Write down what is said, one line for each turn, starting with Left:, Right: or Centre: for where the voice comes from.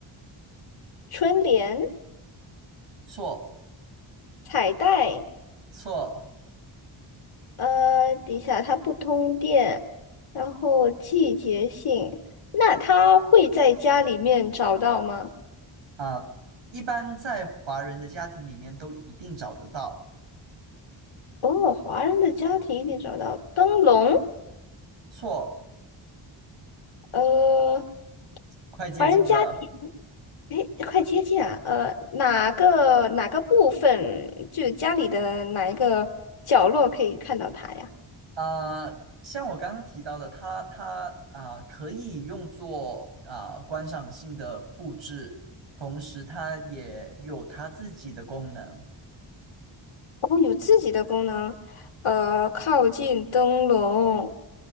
Left: 春联、
Right: 错
Left: 彩带。
Right: 错
Left: 呃，底下它不通电，然后季节性，那它会在家里面找到吗？
Right: 啊，呃一般在华人的家庭里面都一定找得到。
Left: 哦，华人的家庭一定找到灯笼。
Right: 错，
Left: 呃，
Right: 快接近了。
Left: 华人家庭，诶，快接近啊。呃，哪个哪个部分，就是家里的哪一个角落可以看到它呀？
Right: 啊，像我刚刚提到的，它它啊呃可以用作啊呃观赏性的布置，同时它也有它自己的功能。
Left: 然后有自己的功能。呃，靠近灯笼，